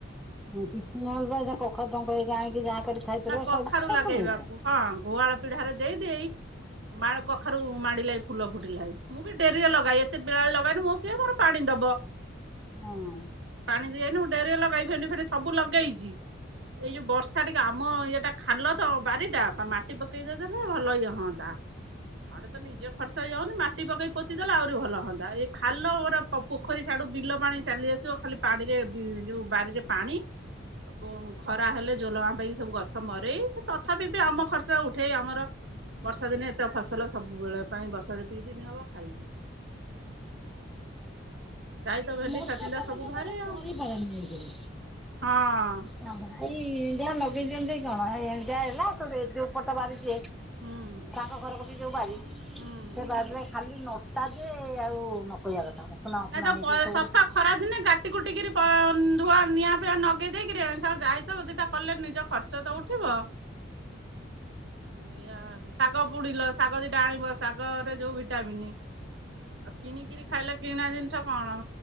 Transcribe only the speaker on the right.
ନା କଖାରୁ
ଲଗେଇବାକୁ
ହଁ ଗୁଆଳ ପିଢାରେ ଦେଇଦେଇ ମାଳ କଖାରୁ ମାଡିଲାଇ ଫୁଲ ଫୁଟିଲାଇ। ମୁଁ ବି ଡେରିରେ ଲଗାଏ ଏତେ ବେଳାବେଳି ଲଗାଇନି ମୋ କିଏ ମୋର ପାଣି ଦବ।
ପାଣି ଦିଇଏନୁ ଡେରିରେ ଲଗାଇ ଭେଣ୍ଡି ଫେଣ୍ଡି ସବୁ ଲଗେଇଚି ଏଇ ଯୋଉ ବର୍ଷା ଟି କେ ଆମ ଇଏଟା ଖାଲତ ବାରିଟା ପା ମା ମାଟି ପକେଇ ଦେଇଦେଲେ ଭଲ ଇଏ ହଅନ୍ତା। ଆଡ଼େ ତନି ନିଜ ଖର୍ଚ୍ଚ ଇଏ ହଉନି ମାଟି ପକେଇ ପୋତି ଦେଲେ ଆଉରି ଭଲ ହୁଅନ୍ତା ଏଇ ଖାଲ ଓର ପ ପୋଖରି ସେଡୁ ବିଲ ପାଣି ଚାଲି ଆସି ଚୋ ଖାଲି ପାଡିରେ ବି ଯୋଉ ବାରିରେ ପାଣି ଆକୁ ଖରା ହେଲେ ଯୋଲୋ ଆମ ପାଇ ସବୁ ଗଛ ମରେ ତଥାପିବି ଆମ ଖର୍ଚ୍ଚ ଉଠେ ଆମର ବର୍ଷା ଦିନେ ଏତେ ଅଫସଲ ସବୁବେଳେ ପାଇଁ ବର୍ଷା ଯେତିକିଦିନି ହବ ଖାଇବୁ। ଯାଇ ତ ଭେଣ୍ଡି
ଛଚିନ୍ଦ୍ରା
ସବୁ
ବାହାରେ
ଆଉ
ହଁ
ହୁଁ
ହୁଁ।
ନାଇଁ ତ
ପଏ
ସଫା ଖରାଦିନେ କାଟି କୁଟିକିରି ପ ଉଁ ଧୂଆ ନିଆଁ ଫିଆଁ ନଗେଇ ଦେଇକିରି ଯାଇତ ଦିଟା କଲେ ନିଜ ଖର୍ଚ୍ଚତ ଉଠିବ। ଏଇଆ, ଶାଗ ବୁଣିଲ ଶାଗ ଦିଟା ଆଣିବ ଶାଗ ରେ ଯୋଉ ଭିଟାମିିନି। ଆଉ କିଣିକିରି ଖାଇଲେ କିଣା ଜିନିଷ କଣ